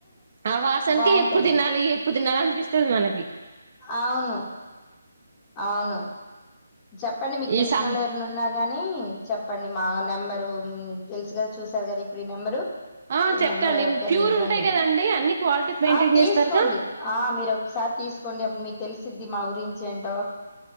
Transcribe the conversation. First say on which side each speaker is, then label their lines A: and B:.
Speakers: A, on the right (about 45°); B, on the left (about 20°).
A: ఆ వాసనేకే
B: బాగుంటది
A: ఎప్పుడు తినాలి ఎప్పుడు తినాలి అనిపిస్తది మనకి
B: అవును అవును చెప్పండి మీకు తెలిసిన
A: ఈ సం
B: వాళ్ళు ఎవరు ఉన్నార్ గా అని చెప్పండి మా నెంబరు తెలుసు కదా చూసారు కదా ఇప్పుడు ఈ నెంబరు
A: ఆ
B: ఈ
A: చెప్తాండి
B: నెంబర్ ఎవరికైనా
A: ప్యూర్
B: ఇవ్వండి
A: ఉంటాయి కదండి అన్ని క్వాలిటీ మెయింటైన్
B: ఆ తీస్కోండి
A: చేస్తారుగా
B: ఆ మీరు ఒకసారి ఆ తీసుకోండి అప్పుడు మీకు తెలసిద్ది మా గురించి ఏంటో